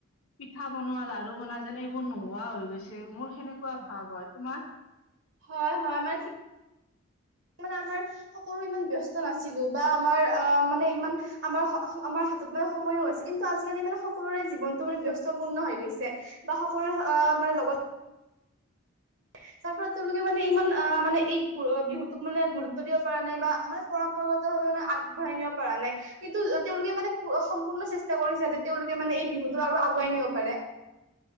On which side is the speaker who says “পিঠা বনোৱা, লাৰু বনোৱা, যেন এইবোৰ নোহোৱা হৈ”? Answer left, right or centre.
Left